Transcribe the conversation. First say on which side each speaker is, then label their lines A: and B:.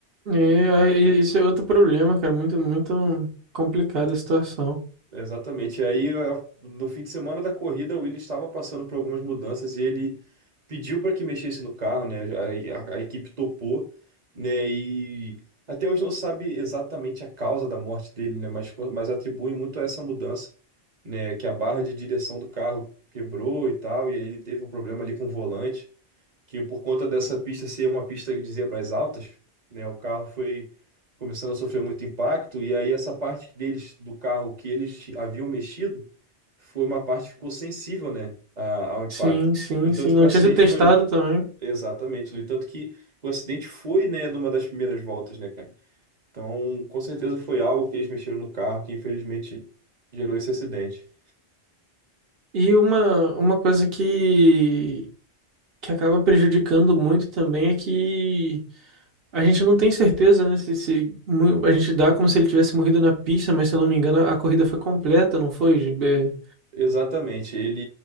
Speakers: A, on the right; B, on the right.
A: É, E aí, isso é outro problema, cara. Muito, muito complicada a situação.
B: Exatamente. E aí, eu- no fim de semana da corrida, o Willis estava passando por algumas mudanças e ele pediu para que mexesse no carro, né? A, a- a equipe topou, né? E até hoje não sabe exatamente a causa da morte dele, né? Mas, co- mas atribui muito a essa mudança, né? Que a barra de direção do carro quebrou e tal, e aí ele teve um problema ali com o volante que por conta dessa pista ser uma pista de zebras altas, né, o carro foi começando a sofrer muito impacto e aí essa parte deles do carro que eles haviam mexido foi uma parte que ficou sensível, né, a- ao impacto.
A: Sim, sim,
B: No entanto
A: sim. Não
B: que o acidente
A: tinha sido testado
B: foi
A: também.
B: exatamente, no entanto que o acidente foi, né, numa das primeiras voltas, né, cara. Então, com certeza foi algo que eles mexeram no carro que infelizmente gerou esse acidente.
A: E uma, uma coisa que, que acaba prejudicando muito também é que a gente não tem certeza, né? Se, se mu- a gente dá como se ele tivesse morrido na pista, mas se eu não me engano, a corrida foi completa, não foi, GB?
B: Exatamente. Ele,